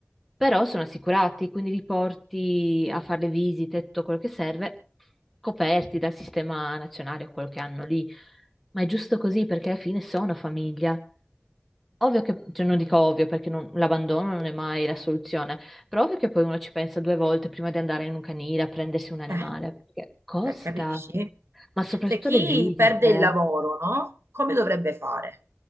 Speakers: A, in the centre; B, on the right.
A: però sono assicurati, quindi li porti a fare le visite, tutto quello che serve, coperti dal sistema nazionale o quello che hanno lì. Ma è giusto così perché alla fine sono famiglia. Ovvio che, cioè non dico ovvio perché non- l'abbandono non è mai la soluzione, però ovvio che poi uno ci pensa due volte prima di andare in un canile a prendersi un animale,
B: Eh,
A: perché costa,
B: cioè, capisci?
A: ma soprattutto
B: Cioè, chi
A: le visite.
B: perde il lavoro, no? Come dovrebbe fare?